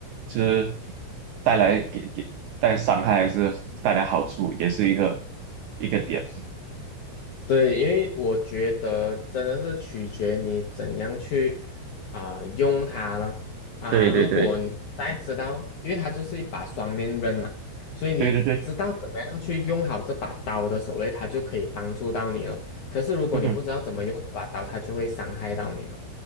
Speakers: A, on the right; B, on the left.
A: 是带来给给带来伤害还是带来好处，也是一个一个点。
B: 对，因为我觉得真的是取决你怎样去啊、用它了啊。
A: 对对对，
B: 如果你大家知道，因为它就是一把双面刃嘛，所以你知道怎么样去用好这把刀的手候嘞它就可以帮助到你了。
A: 对对对，
B: 可是如果你不知道怎么用这把刀，
A: 嗯哼，
B: 它就会伤害到你了。